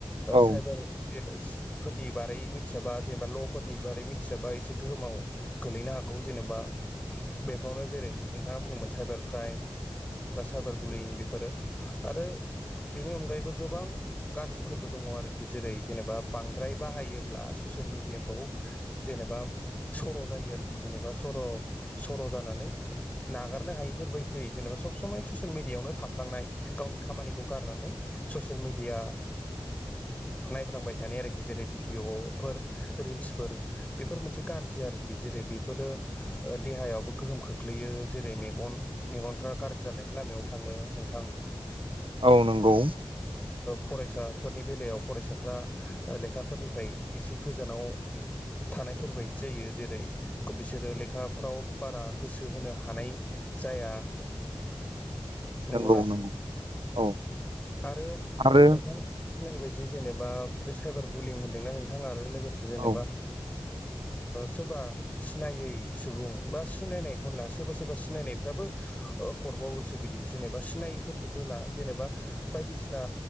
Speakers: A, on the right (about 80°); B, on the left (about 15°).
A: औ
B: साइबार बे फोरनि बारै मिथियाबा जेनेबा ल'फोरनि बारै मिथियाबा एसे गोहोमाव। गोलैनो हागौ जेनेबा बेफोरावनो जेरै नोंथाङा बुंदोंमोन साइबार क्राइम। बा साइबार बुलिं बेफोरो आरो बेनि अनगायैबो गोबां। गाज्रिफोरबो दङ आरोखि जेरै जेनेबा बांद्राय बाहायोब्ला ससियेल मिेडियाखौ। जेनेबा सर' जायो आरोखि जेनेबा सर' सर' जानानै नागार खारनो हायिफोरबायदि जै जेनेबा सब समाय ससियेल मिडियायावनो थाफ्लांनाय गावनि खामानिखौ गारनानै ससियेल मिेडिया नायफ्लांबाय थानाय आरोखि जेरै भिडिअ'फोर रिल्सफोर बेफोर मोनसे गाज्रि आरोखि जेरै बेफोरो देहायावबो गोहोम खोख्लैयो जेरै मगन मेगन मेगनफ्रा गाज्रि जानायनि लामायाव थाङो नोंथां?
A: औ नंगौ।
B: फरायसाफोरनि बेलायाव फरायसाफ्रा। लेखाफोरनिफ्राय एसे गोजानाव थानायफोरबायदि जायो जेरै बिसोरो लेखाफ्राव बारा गोसो होनो हायि जाया नंगौना
A: नंगौ नंगौ औ
B: आरो
A: आरो
B: नोंथां‌। होननाय बायदि जेनेबा बे साइबार बुलिं होनदोंना नोंथां आरो लोगोसे जेनेबा।
A: औ
B: सोरबा सिनायै सुबुं बा सिनायनायखौना सोरबा सोरबा। सिनायनायफ्राबो हरबावोसो बिदि जेनेबा सिनायफोरखौबो ला जेनेबा। बायदिसिना